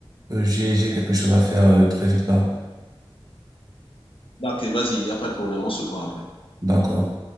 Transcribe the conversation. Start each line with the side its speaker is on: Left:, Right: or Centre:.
Right: Euh, j'ai, j'ai quelque chose à faire euh, très vite là.
Left: Ok, vas-y, il n'y a pas de problème, on se prend après.
Right: D'accord.